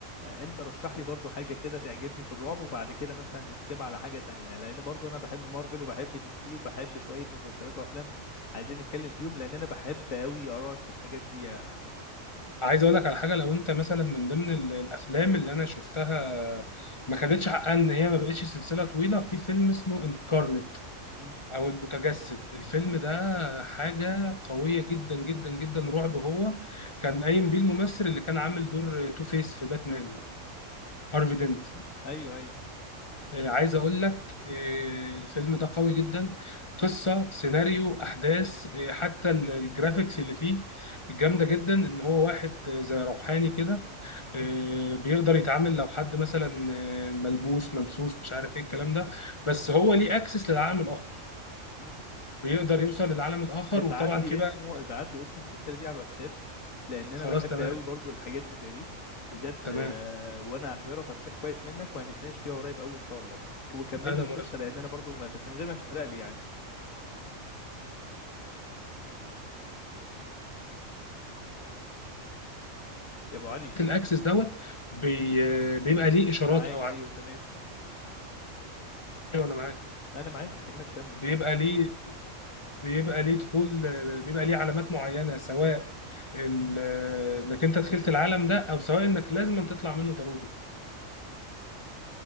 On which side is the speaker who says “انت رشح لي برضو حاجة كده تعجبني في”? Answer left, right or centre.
Left